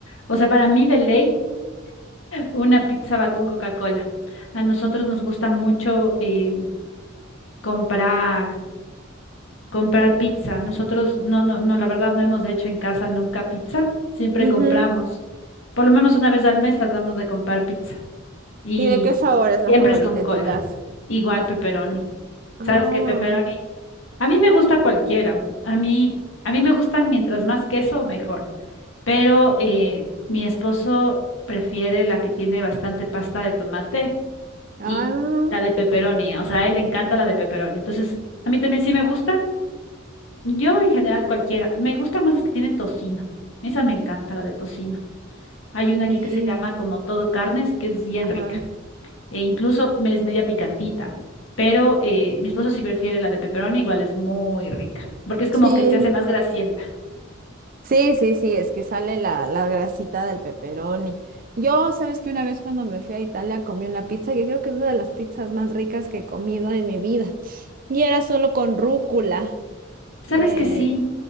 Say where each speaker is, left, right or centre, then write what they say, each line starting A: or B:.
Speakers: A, on the left; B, on the right.
A: O sea, para mí de ley, una pizza va con Coca-Cola. A nosotros nos gusta mucho eh, comprar, comprar pizza. Nosotros, no, no, no, la verdad no hemos hecho en casa nunca pizza. Siempre compramos.
B: Ujú.
A: Por lo menos una vez al mes tratamos de comprar pizza. Y
B: ¿Y de qué sabor es la
A: siempre
B: favorita
A: es con cola.
B: en tu caso?
A: Igual pepperoni.
B: Ah,
A: ¿Sabes qué? Pepperoni. A mí me gusta cualquiera. A mí, a mí me gustan mientras más queso, mejor. pero eh, mi esposo prefiere la que tiene bastante pasta de tomate
B: ah,
A: y la de pepperoni, o sea, a él le encanta la de pepperoni. Entonces, a mí también sí me gusta. Yo en general cualquiera, me gusta más las que tienen tocino. Esa me encanta, la de tocino. Hay una aquí
B: sí,
A: que se llama como todo carnes, que es bien
B: ajá,
A: rica. E incluso me- es media picantita. Pero eh, mi esposo sí prefiere la de pepperoni, igual es muy rica. Porque es como
B: sí,
A: que se hace más grasienta.
B: sí, sí, sí, es que sale la, la grasita del pepperoni. Yo, sabes que una vez cuando me fui a Italia comí una pizza que creo que es una de las pizzas más ricas que he comido en mi vida. Y era solo con rúcula.
A: ¿Sabes
B: eh,
A: que sí?